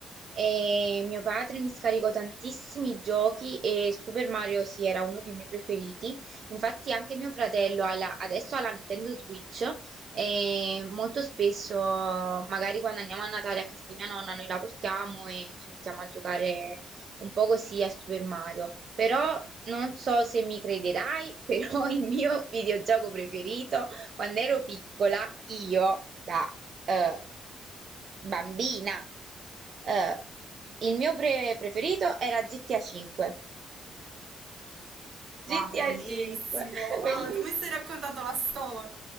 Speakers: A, on the right; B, on the right.
A: e mio padre mi scaricò tantissimi giochi e Super Mario sì, era uno dei miei preferiti. Infatti anche mio fratello ha la- adesso ha la Nintendo Switch e molto spesso, magari quando andiamo a Natale a casa di mia nonna, noi la portiamo e ci mettiamo a giocare un po' così a Super Mario. Però non so se mi crederai, <laughs> però il mio videogioco preferito quando ero piccola io, da eh, bambina, eh, il mio pre- preferito era GTA 5.
B: Wow,
A: GTA
B: bellissimo!
A: 5, <laughs>
B: Wow,
A: <laughs> bellissimo.
B: tu mi stai raccontando la storia!